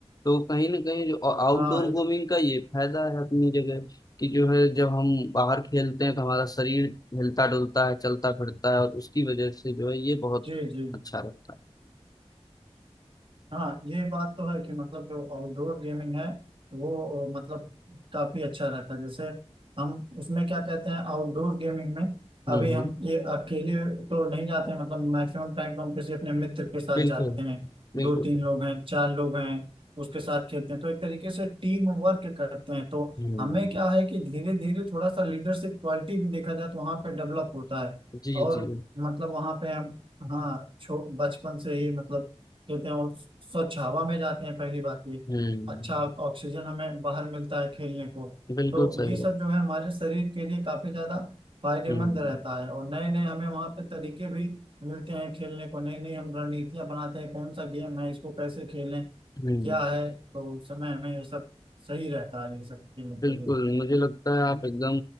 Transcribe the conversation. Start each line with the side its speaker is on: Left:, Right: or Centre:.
Left: तो कहीं ना कहीं जो आउटडोर
Right: हाँ
Left: गेमिंग का ये फायदा है अपनी जगह कि जो है जब हम बाहर खेलते हैं तो हमारा शरीर हिलता डुलता है चलता फिरता है और उसकी वजह से जो है ये बहुत
Right: जी जी
Left: अच्छा रहता है
Right: हाँ ये बात तो है कि मतलब जो आउटडोर गेमिंग है वो अ, मतलब काफी अच्छा रहता है जैसे हम उसमें क्या कहते हैं आउटडोर गेमिंग में अभी
Left: हम्म
Right: हम
Left: हम्म,
Right: ये अकेले तो नहीं जाते हैं मतलब मैक्सिमम टाइम तो हम किसी अपने मित्र के साथ
Left: बिल्कुल
Right: जाते हैं
Left: बिल्कुल
Right: दो तीन लोग हैं चार लोग हैं उसके साथ खेलते हैं तो एक तरीके से टीम वर्क करते हैं तो
Left: हम्म
Right: हमें क्या है कि धीरे धीरे थोड़ा सा लीडरशिप क्वालिटी भी देखा जाए तो वहाँ पे डेवलप होता है
Left: जी
Right: और
Left: जी
Right: मतलब वहाँ पे हम हाँ छो बचपन से ही मतलब खेलते हैं और स्वच्छ हवा में जाते हैं पहली बात ये
Left: हम्म
Right: अच्छा ऑक्सीजन हमें बाहर मिलता है खेलने को
Left: बिल्कुल
Right: तो
Left: सही
Right: ये सब
Left: बात
Right: जो है हमारे शरीर के लिए काफी ज्यादा फायदेमंद
Left: हम्म
Right: रहता है और नए नए हमें वहाँ पे तरीके भी मिलते हैं खेलने को नई नई हम रणनीतियां बनाते हैं कौन सा गेम है इसको कैसे खेलें
Left: हम्म
Right: क्या है तो उस समय हमें ये सब सही रहता है ये सब खेलने
Left: बिल्कुल
Right: के लिए
Left: मुझे लगता है आप एकदम